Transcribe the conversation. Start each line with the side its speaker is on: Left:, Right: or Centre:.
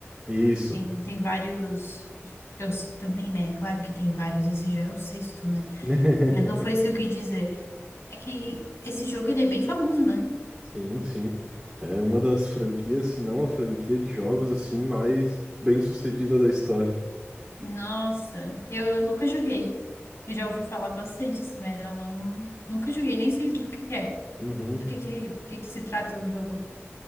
Centre: Isso.
Left: Tem, tem vários. Eu s- também, né? Claro que tem vários. Esse já é o sexto, né?
Centre: <laughs>
Left: Mas não foi isso que eu quis dizer. É que esse jogo ele é bem famoso, né?
Centre: Sim, sim. É uma das franquias, se não a franquia de jogos assim mais bem-sucedida da história.
Left: Nossa, eu, eu nunca joguei. Eu já ouvi falar bastante, assim, mas eu não, nunca joguei, nem sei do que que é.
Centre: Uhum.
Left: Do que que, do que que se trata o jogo.